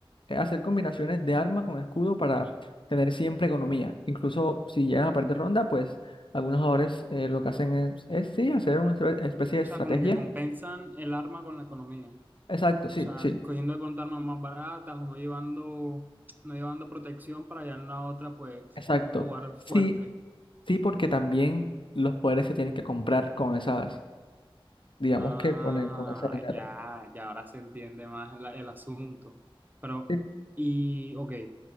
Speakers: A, on the left; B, on the right.
A: eh, hacer combinaciones de arma con escudo para tener siempre economía. Incluso si llegan a perder ronda, pues algunos jugadores eh, lo que hacen es, es, sí, hacer una estra- especie de
B: sea,
A: estrategia.
B: como que compensan el arma con la economía. O
A: Exacto, sí,
B: sea,
A: sí,
B: cogiendo de pronto armas más baratas o no llevando, no llevando protección para allá en la otra, pues
A: exacto.
B: jugar fuerte.
A: Sí, sí, porque también los poderes se tienen que comprar con esas, digamos
B: Ah,
A: que con, el- con ese dinero.
B: ya, ya ahora se entiende más el, el asunto. Pero,
A: Sí,
B: y, ok.